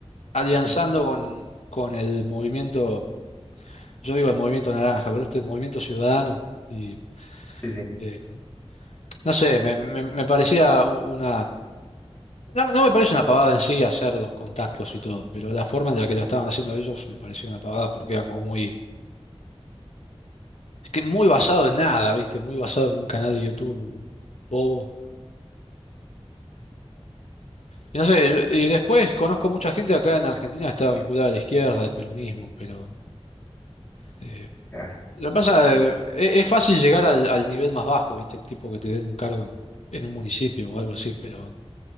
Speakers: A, on the left (about 85°); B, on the left (about 20°).
A: alianzando con, con el movimiento, yo digo el movimiento naranja, pero este es el movimiento ciudadano. Y
B: Sí, sí.
A: eh, no sé, me, me- me parecía u- una. No, no me parece una pavada en sí hacer los contactos y todo, pero la forma en la que lo estaban haciendo ellos me parecía una pavada porque era como muy, que muy basado en nada, ¿viste? Muy basado en un canal de YouTube bobo. Y No sé, y después conozco mucha gente acá en Argentina que está vinculada a la izquierda, al peronismo, pero eh,
B: Ya.
A: lo que pasa eh, es, es fácil llegar al, al nivel más bajo, ¿viste? Tipo que te den un cargo en, en un municipio o algo así, pero